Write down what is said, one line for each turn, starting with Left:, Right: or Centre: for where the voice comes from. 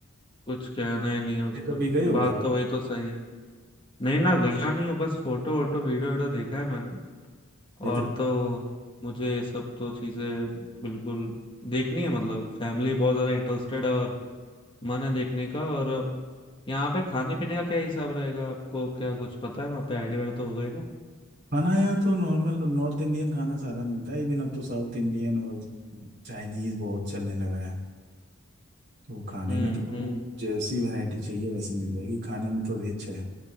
Left: कुछ कहना ही नहीं है उसका
Right: मैं कभी गए हो
Left: बात
Right: ताजमहल
Left: तो वही तो सही है नहीं ना गया नहीं हूँ बस फोटो वोटो वीडियो वीडियो देखा है मैंने
Right: इधर
Left: और तो मुझे ये सब तो चीजें बिल्कुल देखनी है मतलब फैमिली बहुत ज्यादा इंटरेस्टेड है और मन है देखने का और यहाँ पे खाने पीने का क्या हिसाब रहेगा आपको क्या कुछ पता है वहाँ पे आइडिया वाइडिया तो होगा ही ना
Right: खाना यहाँ तो नॉर्मल नॉर्थ इंडियन खाना सारा मिलता है इवन अब तो साउथ इंडियन और चाइनीज बहुत चलने लगा है तो खाने
Left: हम्म
Right: में तो
Left: हम्म
Right: जैसी वैरायटी चाहिए वैसी मिल जाएगी खाने में तो रिच है